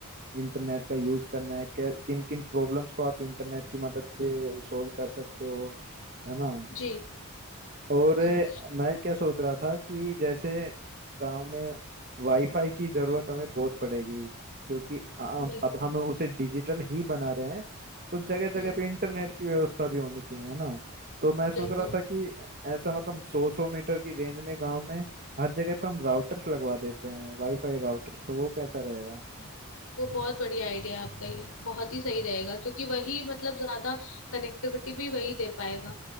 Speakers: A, on the right; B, on the left.
A: इंटरनेट का यूज करना है कै- किन किन प्रॉब्लम्स को आप इंटरनेट की मदद से सॉल्व कर सकते हो है ना
B: जी
A: और
B: हम्म
A: अ, मैं क्या सोच रहा था कि जैसे गांव में वाईफाई की जरूरत हमें बहुत पड़ेगी क्योंकि आम-
B: बिल्कुल
A: अब हम उसे डिजिटल ही बना रहे हैं तो जगह
B: हम्म
A: जगह पे इंटरनेट की व्यवस्था भी होनी चाहिए है ना तो मैं सोच
B: बिल्कुल
A: रहा था कि ऐसा मतलब सौ सौ मीटर की रेंज में गांव में हर जगह पे हम राउटर्स लगवा देते हैं वाईफाई राउटर्स तो वो कैसा रहेगा
B: हम्म, वो बहुत बढ़िया आइडिया है आपका ये बहुत ही सही रहेगा क्योंकि वही मतलब ज्यादा कनेक्टिविटी भी वही दे पाएगा